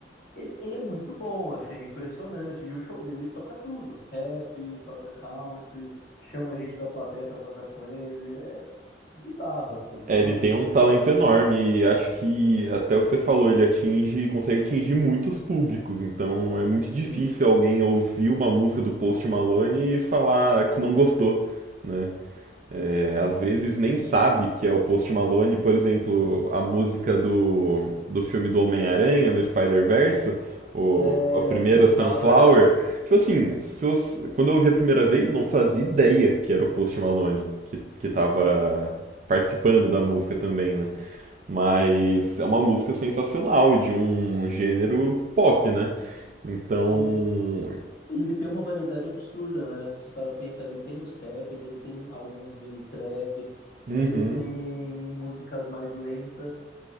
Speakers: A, on the left; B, on the right.
A: ele, ele é muito bom, assim, é impressionante. E o show dele, ele toca tudo. Rap, toca country, chama a gente da plateia pra tocar com ele. É bizarro, assim.
B: É,
A: Nossa,
B: ele tem um talento enorme e acho que até o que você falou, ele atinge, consegue atingir muitos públicos, então é muito
A: sim.
B: difícil alguém ouvir uma música do Post Malone e falar que não gostou, né? é, às vezes nem sabe que é o Post Malone, por exemplo, a música do, do filme do Homem-Aranha no Spider-Verse, o,
A: É,
B: a primeira
A: é o Sunflower,
B: Sunflower.
A: né?
B: Tipo assim, se você- quando eu ouvi a primeira vez, eu não fazia ideia que era o Post Malone que, que tava
A: Sim,
B: participando da música também, né? Mas é uma música sensacional e de um gênero pop, né? Então,
A: sim. E ele tem uma variedade absurda, né? Se para pensar, ele tem os raps, ele tem alguns meio trap,
B: uhum,
A: ele tem músicas mais lentas,